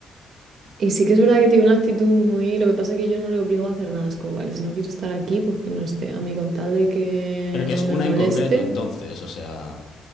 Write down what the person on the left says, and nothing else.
Pero que
es
una
en concreto entonces, o sea,